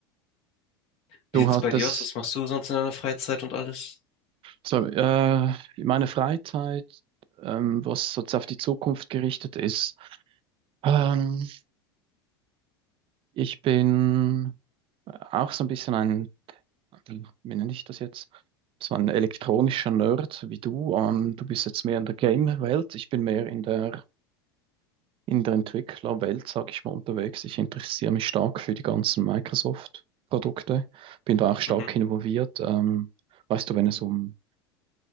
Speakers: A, on the left; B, on the right.
A: Wie
B: Du
A: sieht's
B: hattest
A: bei dir aus? Was machst du sonst in deiner Freizeit und alles?
B: so, äh, meine Freizeit, ähm, was so auf die Zukunft gerichtet ist. Ähm, Ich bin auch so ein bisschen ein, wie nenne ich das jetzt? So ein elektronischer Nerd so wie du. Ähm, du bist jetzt mehr in der Game-Welt. Ich bin mehr in der, in der Entwicklerwelt, sage ich mal, unterwegs. Ich interessiere mich stark für die ganzen Microsoft-Produkte. Bin da auch stark
A: Mhm.
B: involviert. Ähm, weißt du, wenn es um